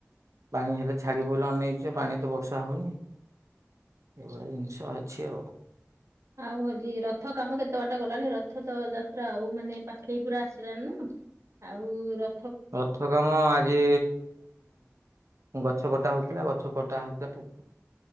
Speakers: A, on the right (about 80°); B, on the right (about 70°).
A: ପାଣି ହେଲେ ଛାଡିବୁ ବୋଲି ଅନେଇଚୁ ଜେ ପାଣି ତ ବର୍ଷା ହଉନି। ଏଇଭଳିଆ ଜିନିଷ ଅଛି ଆଉ।
B: ଆଉ ହଉଚି ରଥ କାମ କେତେ ବାଟ ଗଲାଣି ରଥ ତ ଯାତ୍ରା ଆଉ ମାନେ ପାଖେଇ ପୁରା ଆସିଲାନି ନା। ଆଉ ର
A: ରଥ କାମ ଆଜି ଗଛ କଟା ହଉଥିଲା ଗଛ କଟା ହଉଥିଲା ପୁ